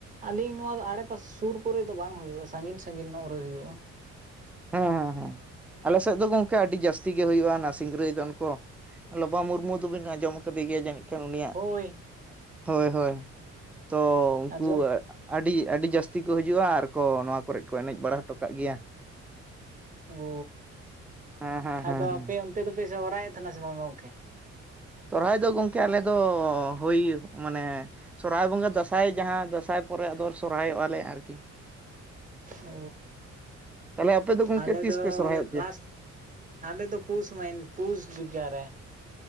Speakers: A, on the right (about 25°); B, in the centre.
A: ᱟᱹᱞᱤᱧ ᱱᱚᱣᱟ ᱟᱲᱮᱯᱟᱥᱮ ᱥᱩᱨ ᱠᱚᱨᱮ ᱫᱚ ᱵᱟᱝ ᱦᱩᱭᱩᱜᱼᱟ ᱥᱟᱺᱜᱤᱧ ᱥᱟᱺᱜᱤᱧ ᱧᱚᱜ ᱨᱮ ᱦᱩᱭᱩᱜᱼᱟ।
B: ᱦᱮᱸ ᱦᱮᱸ ᱦᱮᱸ ᱟᱞᱮ ᱥᱮᱫ ᱫᱚ ᱜᱚᱢᱠᱮ ᱟᱹᱰᱤ ᱡᱟᱹᱥᱛᱤ ᱜᱮ ᱦᱩᱭᱩᱜᱼᱟ ᱚᱱᱟ ᱥᱤᱝᱨᱟᱹᱭ ᱫᱚᱱ ᱠᱩ ᱞᱚᱵᱟ ᱢᱩᱨᱢᱩ ᱫᱚᱵᱤᱱ ᱟᱡᱚᱸᱢ ᱠᱟᱫᱮ ᱜᱮᱭᱟ ᱡᱟᱹᱱᱤᱡ ᱮᱠᱮᱱ ᱩᱱᱤᱭᱟᱜ
A: ᱦᱳᱭ
B: ᱦᱳᱭ ᱦᱳᱭ ᱛᱚ ᱩᱱᱠᱩ
A: ᱟᱸᱡᱚᱢ
B: ᱟᱹᱰᱤ ᱟᱹᱰᱤ ᱡᱟᱹᱥᱛᱤ ᱠᱚ ᱦᱤᱡᱩᱜᱼᱟ ᱟᱨ ᱠᱚ ᱱᱚᱣᱟ ᱠᱚᱨᱮᱫ ᱠᱚ ᱮᱱᱮᱡ ᱵᱟᱲᱟ ᱦᱚᱴᱚ ᱠᱟᱜ ᱜᱮᱭᱟ।
A: ᱚᱻ
B: ᱦᱮᱸ ᱦᱮᱸ ᱦᱮᱸ
A: ᱟᱫᱚ
B: ᱦᱮᱸ
A: ᱟᱯᱮ ᱚᱱᱛᱮ ᱫᱚᱯᱮ ᱥᱨᱟᱭᱮᱫ ᱛᱟᱦᱮᱱᱟ ᱥᱮ ᱵᱟᱝ ᱜᱚᱢᱠᱮ
B: ᱥᱚᱨᱚᱦᱟᱭ ᱫᱚ ᱜᱚᱢᱠᱮ ᱫᱚ ᱦᱳᱭ ᱢᱟᱱᱮ ᱥᱚᱨᱦᱟᱭ ᱵᱚᱸᱜᱟ ᱫᱟᱸᱥᱟᱭ ᱡᱟᱦᱟᱸ ᱫᱟᱸᱥᱟᱭ ᱯᱚᱨᱮ ᱟᱫᱚ ᱥᱚᱨᱦᱟᱭᱚᱜᱼᱟᱞᱮ ᱟᱨᱠᱤ
A: ᱚ
B: ᱛᱟᱦᱚᱞᱮ ᱟᱯᱮ ᱫᱚ ᱜᱚᱝᱠᱮ
A: ᱟᱞᱮᱫ
B: ᱛᱤᱥ
A: ᱫᱚ
B: ᱯᱮ ᱥᱚᱨᱦᱟᱭᱚᱜ ᱜᱮᱭᱟ?
A: ᱞᱟᱥᱴ। ᱟᱞᱮ ᱫᱚ ᱯᱩᱥ ᱢᱟᱭᱤᱱ ᱯᱩᱥ ᱡᱩᱜᱟ ᱨᱮ